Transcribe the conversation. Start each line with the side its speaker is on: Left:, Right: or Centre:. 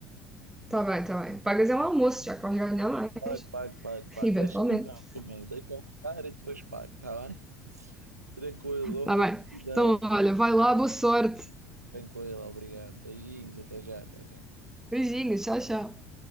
Centre: Está bem, está bem. Pagas é um almoço, já que vais ganhar mais,
Right: Pago, pago, pago, pago.
Centre: eventualmente.
Right: Deixa-me entrar primeiro, deixa-me entrar e depois pago, tá bem? Tranquilo,
Centre: Tá
Right: olha,
Centre: bem.
Right: gratidão.
Centre: Então, olha, vai lá, boa sorte.
Right: Tranquilo, obrigado. Beijinhos, até já, até já.
Centre: Beijinhos, tchau, tchau.